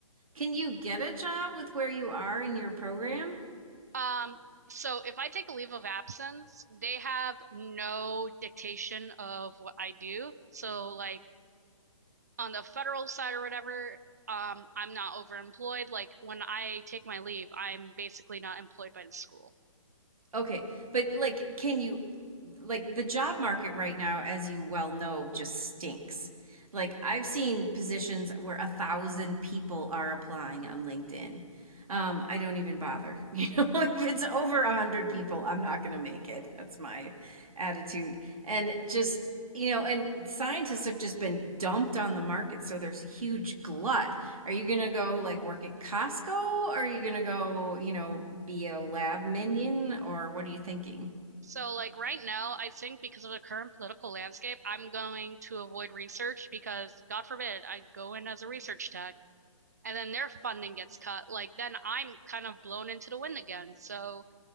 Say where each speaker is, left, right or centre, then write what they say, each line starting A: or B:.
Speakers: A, on the right; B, on the right.
A: Can you get a job with where you are in your program?
B: Um, so if I take a leave of absence, they have no dictation of what I do. So like on the federal side or whatever, um, I'm not overemployed. Like when I take my leave, I'm basically not employed by the school.
A: Okay, but like, can you, like, the job market right now, as you well know, just stinks. Like, I've seen positions where a thousand people are applying on LinkedIn. Um, I don't even bother. <laughs> You know, if it's over a hundred people, I'm not going to make it. That's my attitude. And just, you know, and scientists have just been dumped on the market, so there's a huge glut. Are you gonna go like work at Costco? Are you gonna go, you know, be a lab minion? Or what are you thinking?
B: So like right now, I think because of the current political landscape, I'm going to avoid research because God forbid I go in as a research tech and then their funding gets cut, like then I'm kind of blown into the wind again. So